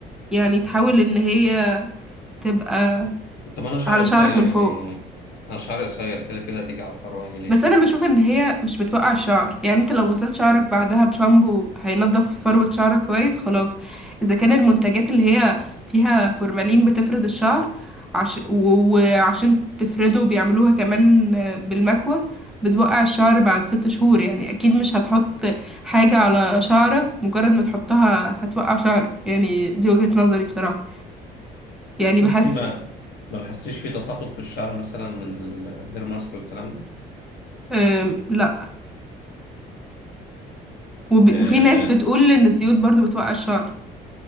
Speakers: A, in the centre; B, on the left.
A: يعني تحاول ان هي تبقى
B: طب انا شعري
A: على
B: قصير
A: شعرك من
B: يعني
A: فوق
B: انا شعري قصير كده كده هتيجي على الفرو اعمل ايه
A: بس انا بشوف ان هي مش بتوقع الشعر يعني انت لو غسلت شعرك بعدها بشامبو هينضف فروة شعرك كويس خلاص اذا كان المنتجات اللي هي فيها فورمالين بتفرد الشعر عش... و- وعشان تفرده بيعملوها كمان بالمكوى بتوقع الشعر بعد ست شهور يعني اكيد مش هتحط حاجة على شعرك مجرد ما تحطها هتوقع شعرك يعني دي وجهة نظري بصراحة يعني
B: طب
A: بحس
B: انت ما ما لاحظتيش في تساقط في الشعر مثلا من الهير ماسك والكلام ده
A: أم، لا وب...
B: آه
A: وفي ناس بتقول ان الزيوت برضو بتوقع الشعر